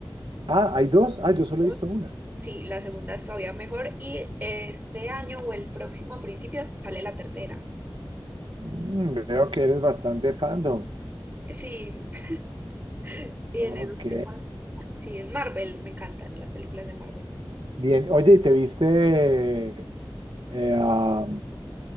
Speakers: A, on the right; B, on the right.
A: Ah, ¿hay dos? Ah, yo solo
B: dos.
A: he visto una.
B: Sí, la segunda es todavía mejor y este año o el próximo a principios sale la tercera.
A: Mm, veo que eres bastante fandom.
B: Sí, <laughs> sí,
A: Ok.
B: en esos temas. Sí, en Marvel, me encantan las películas de Marvel.
A: Bien. Oye, ¿y te viste eh, a,